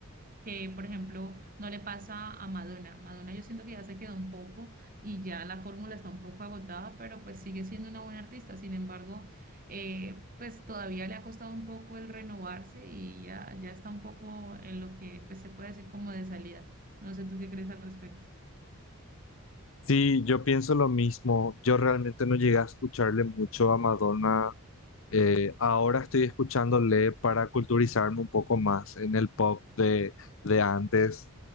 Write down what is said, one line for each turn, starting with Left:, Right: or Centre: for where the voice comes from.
Right: que, por ejemplo, no le pasa a Madonna. Madonna yo siento que ya se quedó un poco y ya la fórmula está un poco agotada, pero pues sigue siendo una buena artista. Sin embargo, eh, pues todavía le ha costado un poco el renovarse y ya, ya está un poco en lo que pues se puede decir como de salida. No sé tú qué crees al respecto.
Left: Sí, yo pienso lo mismo. Yo realmente no llegué a escucharle mucho a Madonna. Eh, ahora estoy escuchándole para culturizarme un poco más en el pop de, de antes.